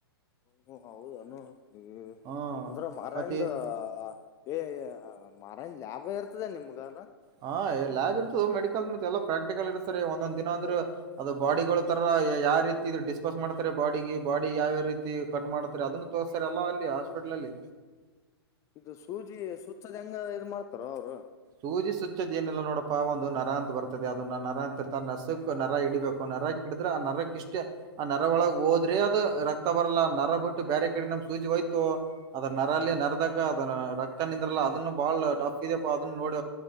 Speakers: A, on the left (about 25°); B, on the right (about 30°).
A: ಹ ಹೌದಾನ ಹ
B: ಹ್ಮ
A: ಅಂದ್ರೆ ಮಾರಾಯಂದ್
B: ಮತ್ತೆ
A: ಏ ಮರನ್ ಲಾಭ ಇರ್ತದೆ ನಿಮ್ಗಾಲ
B: ಹಾ ಎಲ್ಯಬ್ ಇರ್ತದೆ ಮೆಡಿಕಲ್ ಮತ್ತೆ ಎಲ್ಲಾ ಪ್ರಾಕ್ಟಿಕಲ್ ಇರ್ತರಿ ಒಂದೊಂದ್ ದಿನ
A: ಇದು
B: ಅಂದ್ರೆ ಅದು ಬಾಡಿಗಳು ತರ ಯಾವ ರೀತಿ ಇದ ಡಿಸ್ಪಸ್ ಮಾಡ್ತಾರೆ ಬಾಡಿಗೆ ಬಾಡಿಗೆ ಯಾವ್ಯಾವ ರೀತಿ ಕಟ್ ಮಾಡ್ತಾರೆ ಅದನ್ನು ತೋರ್ಸ ಲ್ಲ ಅಲ್ಲಿ ಹಾಸ್ಪಿಟ್ಲ್ ಅಲ್ಲಿ
A: ಇದು ಸೂಜಿ ಸುಚ್ಚದ ಹೆಂಗ ಇ ಮಾಡ್ತಾರ ಅವರು
B: ಪೂಜೆ ಸುಚ್ಚೋಏನಿಲ್ಲ ನೋಡಪ್ಪಾ ಒಂದು ನರ ಅಂತ ಬರ್ತದೆ ಅದ ನರ ಅಂತ ಇರ್ತಾರೆ ನಸಕ್ ನರ ಇಡಿಬೇಕು ನರ ಡ್ರೆ ಆ ನರಕ್ಕ ಇಷ್ಟೇ ಆ ನರ ಒಳಗೆ ಹೋದ್ರೆ ಅದು ರಕ್ತ ಬರಲ್ಲ ಆ ನರ ಬಿಟ್ಟು ಬೇರೆ ಕಡೆ ನಮ್ ಸೂಜಿ ಹಯ್ತು ಅದ ನರಲ್ಲಿ
A: ಹ್ಮ್
B: ನರದಾಗ ಅದ ರಕ್ತ ನಿಂದ್ರಲ್ಲ ಅದನ್ನು ಬಾಳ ಟಫ್ ಇದೆ ಪ ಅದನ್ನು ನೋಡ